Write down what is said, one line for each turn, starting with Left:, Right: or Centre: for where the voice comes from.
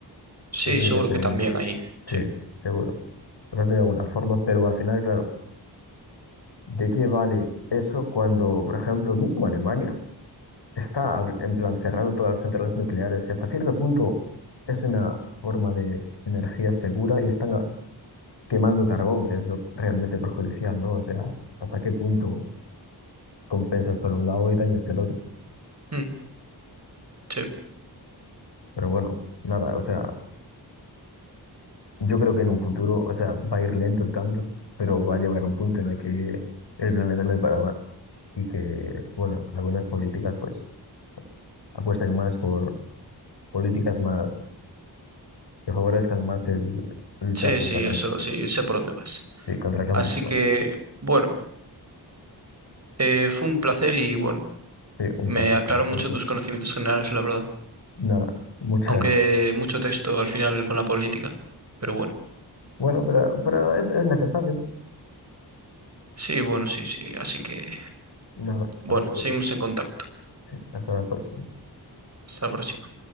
Right: sí,
Left: Yo creo
Right: seguro
Left: que también,
Right: que también hay. sí.
Left: sí, seguro. Me parece una buena forma, pero al final, claro. ¿De qué vale eso cuando, por ejemplo, mismo Alemania está hab- en plan cerrando todas las centrales nucleares y hasta cierto punto es una forma de energía segura y están a- quemando carbón, que es lo realmente perjudicial, ¿no? O sea, hasta qué punto compensas por un lado y dañas del otro.
Right: Mm. sí.
Left: Pero bueno, nada, o sea, yo creo que en un futuro, o sea, va a ir lento el cambio, pero va a llegar un punto en el que el planeta no es para más y que, bueno, algunas políticas pues apuestan más por políticas más que favorezcan más el luchar
Right: Sí,
Left: contra,
Right: sí,
Left: cam-
Right: eso sí, sé por dónde vas.
Left: sí, contra el cambio
Right: Así
Left: climático.
Right: que, bueno, eh, fue un placer y bueno,
Left: Sí, un
Right: me
Left: placer,
Right: aclaró
Left: como
Right: mucho
Left: siempre.
Right: tus conocimientos generales, la verdad.
Left: Nada, muchas.
Right: Aunque mucho texto al final con la política. Pero bueno,
Left: Bueno, pero, pero es, es necesario, ¿no?
Right: sí, bueno, sí, sí. Así que,
Left: Nada,
Right: bueno,
Left: hasta luego.
Right: seguimos en contacto.
Left: Sí, hasta la próxima.
Right: Hasta la próxima.